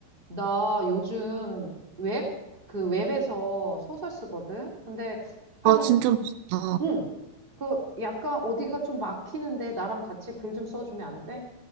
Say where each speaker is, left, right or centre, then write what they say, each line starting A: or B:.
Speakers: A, on the right; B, on the right.
A: 나 요즘 웹, 그 웹에서 소설 쓰거든? 근데 한,
B: 아, 진짜 멋있다.
A: 응. 그 약간 어디가 좀 막히는데 나랑 같이 글 좀 써주면 안 돼?